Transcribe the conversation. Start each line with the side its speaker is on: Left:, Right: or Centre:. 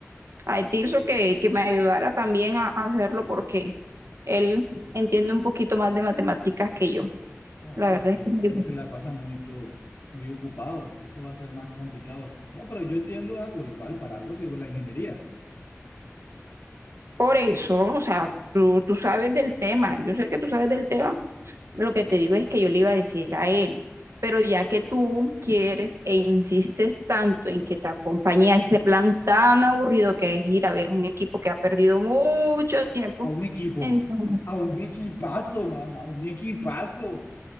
Right: a Etilso que, que me ayudara también a, a hacerlo porque él entiende un poquito más de matemáticas que yo.
Left: No,
Right: La
Left: pero
Right: verdad
Left: sí,
Right: es que
Left: ahí se la pasa mucho, muy ocupado, eso va a ser más complicado. No, pero yo entiendo algo, igual para algo sirve la ingeniería.
Right: por eso, o sea, tú, tú sabes del tema, yo sé que tú sabes del tema, lo que te digo es que yo le iba a decir a él, pero ya que tú quieres e insistes tanto en que te acompañe a ese plan tan aburrido que es ir a ver un equipo que ha perdido mucho tiempo,
Left: A un equipo,
Right: entonces,
Left: a un equipazo, mamá, a un equipazo.